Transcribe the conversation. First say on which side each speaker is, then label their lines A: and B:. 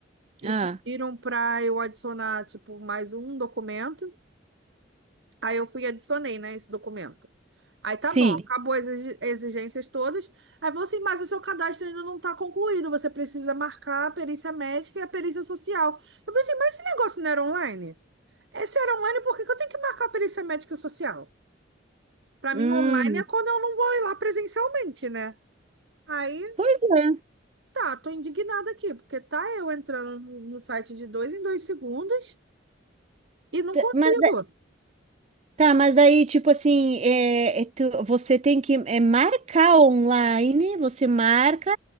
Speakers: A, on the right (about 70°); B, on the right (about 35°).
A: e
B: ah,
A: pediram para eu adicionar, tipo, mais um documento. Aí eu fui e adicionei, né, esse documento. Aí tá
B: sim.
A: bom, acabou as exi- exigências todas. Aí falou assim, mas o seu cadastro ainda não tá concluído, você precisa marcar a perícia médica e a perícia social. Eu falei assim, mas esse negócio não era online? Esse era online, por que que eu tenho que marcar a perícia médica e social? Pra
B: Hum,
A: mim, online é quando eu não vou ir lá presencialmente, né? Aí,
B: pois é.
A: tá, tô indignada aqui, porque tá eu entrando no no site de dois em dois segundos e não consigo.
B: Mas Tá, mas aí, tipo assim, é, é tu- você tem que é, marcar online, você marca